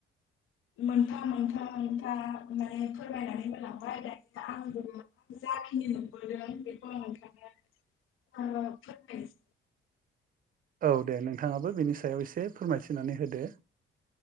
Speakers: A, on the left; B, on the right.
A: मोनफा मोनफा मोनफा माने फोरमायनानै होलांबाय दानि आंबो जाखिनि नुबोदों बेखौ आं नोंथांनो आङो फोरमायनो
B: औ दे नोंथाङाबो बेनि सायाव एसे फोरमायथिनानै होदो।